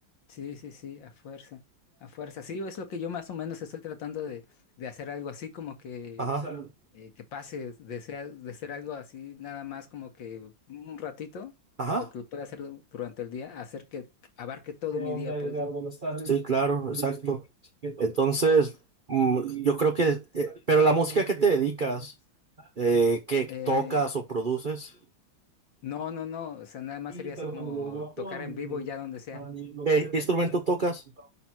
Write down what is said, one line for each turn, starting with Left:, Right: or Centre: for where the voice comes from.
Left: Sí, sí, sí, a fuerza. A fuerza. Sí, es lo que yo más o menos estoy tratando de, de hacer algo así como que,
Right: Ajá,
Left: eh, que pase de ser, de ser algo así nada más como que un ratito
Right: ajá.
Left: o que pueda hacer du- durante el día, hacer que abarque todo
Right: ¿Qué
Left: mi
Right: onda,
Left: día,
Right: Edgar?
Left: pues, ¿no?
Right: Buenas tardes. Sí, tardes. claro, exacto. Entonces, mm, yo creo que, eh, pero la música que te dedicas, eh, que tocas
Left: Eh,
Right: o produces,
Left: no, no, no, o sea, nada más
Right: y-
Left: sería
Right: pero
Left: así como
Right: cuando lo bajo
Left: tocar
Right: a mi,
Left: en vivo ya donde sea.
Right: a mi lo ¿qué que instrumento tocas?